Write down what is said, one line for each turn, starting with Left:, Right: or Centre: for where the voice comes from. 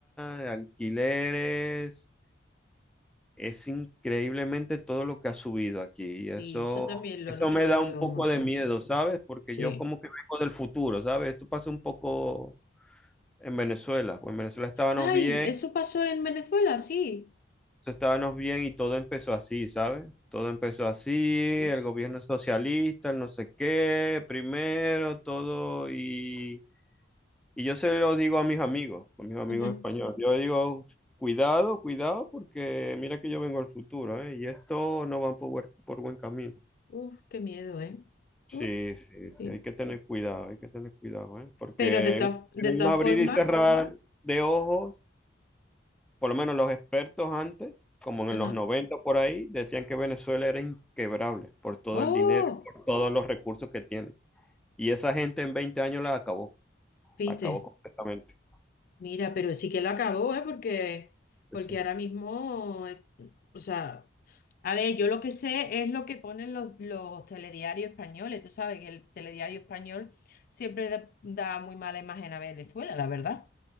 Centre: de alquileres, es increíblemente todo lo que ha subido aquí. Y eso,
Left: sí, eso también lo
Centre: eso
Left: he notado
Centre: me da
Left: yo
Centre: un poco
Left: un montón.
Centre: de miedo, ¿sabes? Porque
Left: Sí.
Centre: yo como que vengo del futuro, ¿sabes? Esto pasó un poco en Venezuela. Pues en Venezuela estábamos
Left: ¡Ay!
Centre: bien,
Left: ¿Eso pasó en Venezuela? Sí.
Centre: eso estábamos bien y todo empezó así, ¿sabes? Todo empezó así,
Left: Uf,
Centre: el gobierno socialista, el no sé qué, primero, todo y... Y yo se lo digo a mis amigos, a mis amigos
Left: ujú.
Centre: españoles. Yo digo, cuidado, cuidado, porque mira que yo vengo al futuro, ¿eh? Y esto no va por, buen- por buen camino.
Left: Uf, qué miedo, ¿eh?
Centre: Sí,
Left: Uf,
Centre: sí, sí,
Left: sí.
Centre: hay que tener cuidado, hay que tener cuidado, ¿eh? Porque
Left: Pero de
Centre: en
Left: todas
Centre: en
Left: de todas
Centre: un abrir
Left: formas.
Centre: y cerrar de ojos, por lo menos los expertos antes, como
Left: Ajá.
Centre: en los 90 por ahí, decían que Venezuela era inquebrable por todo
Left: Oh,
Centre: el dinero, por todos los recursos que tiene. Y esa gente en 20 años la acabó,
Left: viste,
Centre: la acabó completamente.
Left: mira, pero sí que lo acabó, ¿eh? Porque, porque
Centre: Sí, sí.
Left: ahora mismo, eh, o sea, a ver, yo lo que sé es lo que ponen los, los telediarios españoles. Tú sabes que el telediario español siempre da, da muy mala imagen a Venezuela, la verdad.